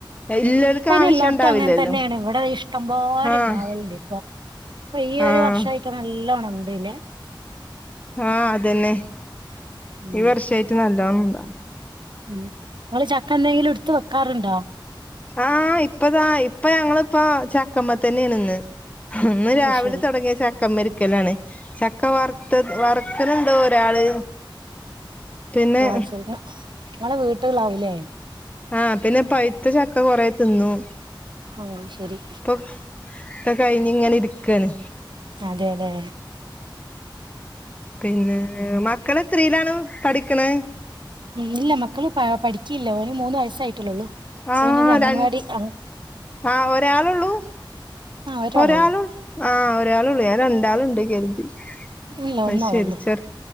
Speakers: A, on the left; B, on the right.
A: ഇല്ലോൽക്ക്
B: ഇപ്പൊ അയിന്
A: ആവശ്യം
B: എല്ലാടത്തും
A: ഉണ്ടാവില്ലല്ലോ
B: അങ്ങനെ തന്നെയാണ് ഇവിടെ ഇഷ്ടംപോലെ
A: ആഹ്
B: ഇണ്ടാവലണ്ട് ഇപ്പൊ. ഇപ്പൊ ഈ
A: ആഹ്
B: ഒരു വർഷായിട്ട് നല്ലോണണ്ട്ല്ലെ.
A: ആ അതന്നെ
B: ഉം
A: ഈ വർഷായിട്ട് നല്ലോണം ഇണ്ട്.
B: ഉം ങ്ങള് ചക്ക എന്തെങ്കിലും എടുത്ത് വെക്കാറുണ്ടോ?
A: ആ ഇപ്പതാ ഇപ്പൊ ഞങ്ങള് ഇപ്പൊ ചക്കമ്മതന്നെയാണ് ഇന്ന്. ഇന്ന്
B: അത്
A: രാവിലെ
B: ശരി
A: തുടങ്ങിയ ചക്കമരി ചക്കലാണ് ചക്ക വറുത്ത് വറക്ക്ണ്ട് ഒരാള്. പിന്നെ
B: ആ ശെരി ഇങ്ങളെ വീട്ടീളളാവൂലേ?
A: ആ പിന്നെ പഴുത്ത ചക്ക കൊറേ തിന്നു.
B: ആ ശെരി.
A: ഇപ്പൊ ഒക്കെ കഴിഞ്ഞിങ്ങനെ ഇരിക്കാണ്.
B: അതെ ലേ
A: പിന്നെ മക്കള്എത്രീയിലാണ് പഠിക്ക്ണെ?
B: ഉം ഇല്ല മക്കള് പ പഠിക്കില്ല ഓന് മൂന്ന് വയസായിട്ട്ല്ലള്ളു. <unintelligible>
A: ആഹ്
B: അംഗൻവാടി
A: ര
B: അൻ
A: ആഹ് ഒരാള് ഉള്ളൂ,
B: ഒരാളൊള്ളൂ
A: ഒരാള് ആഹ് ഒരാള് ഉള്ളൂ ഏതാണ്. രാള്ണ്ട് കെര്തി
B: ഇല്ല
A: അയ്
B: ഒന്നോളൊള്ളൂ
A: ശെരി ചെർ